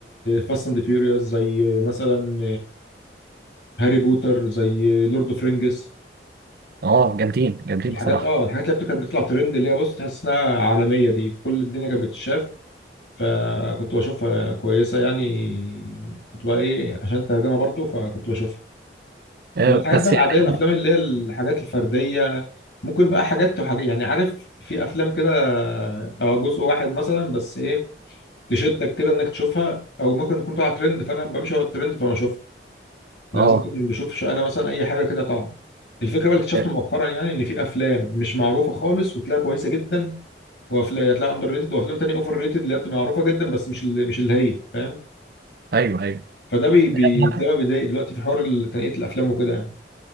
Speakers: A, on the left; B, on the right.
A: فاست أند فيوريوس زي آه، مثلا هاري بوتر زي لورد أوف رينجز
B: اه جامدين جامدين
A: الحاجات
B: بصراحه
A: اه الحاجات اللي كانت بتطلع ترند اللي هي بص تحس انها عالمية دي في كل الدنيا كانت بتتشاف فكنت بشوفها كويسة يعني كنت بقى ايه عشان الترجمة برضو فكنت بشوفها
B: آه
A: انما الحاجات
B: بس
A: بقى العاديه
B: يعني
A: الافلام اللي هي الحاجات الفرديه ممكن بقى حاجات وحاجات يعني عارف في افلام كده اه جزء واحد مثلا بس ايه تشدك كده انك تشوفها او ممكن تكون طالعه ترند فانا بمشي ورا الترند فانا اشوفها لازم
B: اه
A: كنت مش بشوفش انا مثلا اي حاجه كده طالعه الفكره بقى اللي اكتشفت
B: آه،
A: مؤخرا يعني ان في افلام مش معروفه خالص وتلاقيها كويسه جدا وافلام هتلاقيها اندر ريتد وافلام تانيه اوفر ريتد اللي هي بتبقى معروفه جدا بس مش اللي مش اللي هي فاهم
B: ايوه ايوه
A: فده بي بي
B: أنا
A: ده بقى بيضايق دلوقتي في حوار تنقيه الافلام وكده يعني